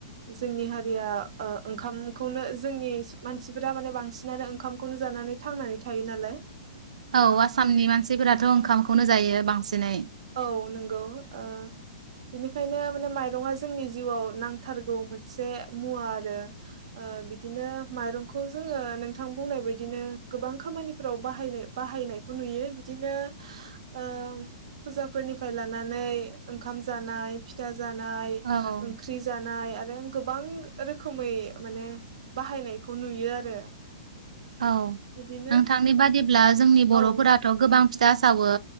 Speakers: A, on the right; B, on the right.
A: जोंनि हारिया ओ ओंखामखौनो जोंनि मानसिफोरा माने बांसिनानो ओंखामखौनो जानानै थांनानै थायो नालाय
B: औ
A: ओ
B: आसामनि मानसिफोराथ' ओंखामखौनो जायो बांसिनै
A: औ नंगौ ओ बिनिखायनो माने माइरंआ जोंनि जिउआव नांथारगौ मोनसे मुवा आरो ओ बिदिनो माइरंखौ जोङो नोंथां बुंनाय बायदिनो गोबां खामानिफ्राव बाहायनो बाहायनायखौ नुयो बिदिनो ओ फुजाफोरनिफ्राय लानानै ओंखाम जानाय फिथा जानाय
B: औ
A: ओंख्रि ख्रि जानाय आरो गोबां रोखोमै माने बाहायनायखौ नुयो आरो
B: औ
A: बिदिनो
B: नोंथांनि बादिब्ला जोंनि बर'फोराथ'
A: औ
B: गोबां फिथा सावो